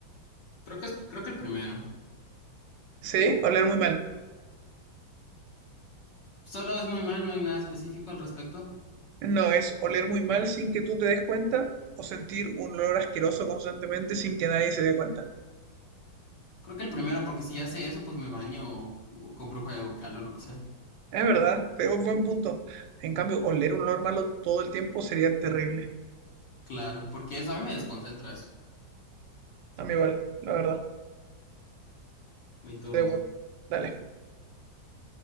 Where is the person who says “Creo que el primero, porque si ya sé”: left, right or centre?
Left